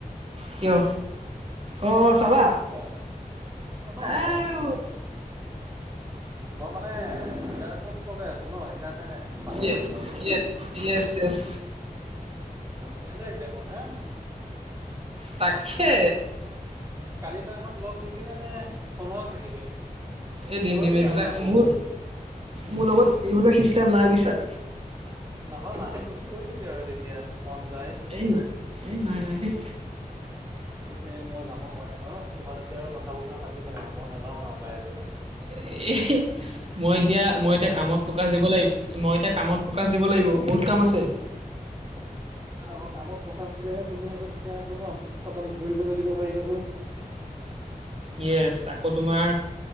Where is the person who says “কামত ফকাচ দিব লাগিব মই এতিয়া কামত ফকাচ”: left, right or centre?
Right